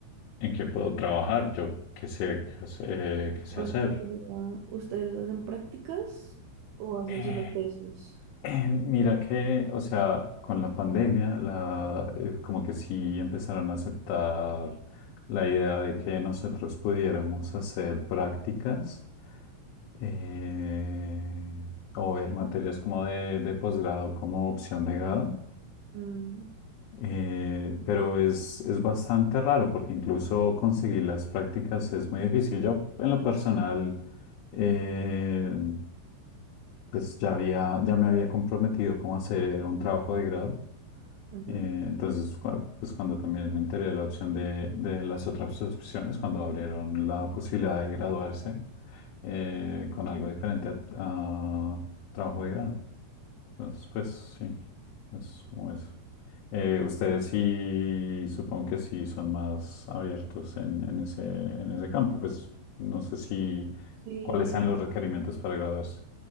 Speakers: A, on the left; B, on the right.
A: ¿en qué puedo trabajar? Yo qué sé, qué sé, eh, qué sé
B: O,
A: hacer.
B: o sea, ¿ustedes hacen prácticas o hacen
A: Eh,
B: solo tesis?
A: Eh, Mira que, o sea, con la pandemia, la, eh, como que sí empezaron a aceptar la idea de que nosotros pudiéramos hacer prácticas eh, o ver materias como de, de posgrado como opción de grado.
B: Mm,
A: Eh, pero es, es bastante raro porque incluso conseguir las prácticas es muy difícil. Yo, en lo personal, eh, pues ya había, ya me había comprometido como a hacer un trabajo de grado.
B: ujú.
A: Eh, entonces, cua- pues cuando también me enteré de la opción de, de las otras opciones, cuando abrieron la posibilidad de graduarse eh, con algo diferente a, a trabajo de grado. Entonces, pues sí, es como eso. Eh, ustedes sí, supongo que sí son más abiertos en, en ese, en ese campo. Pues no sé si
B: Sí,
A: cuáles sean los requerimientos para graduarse.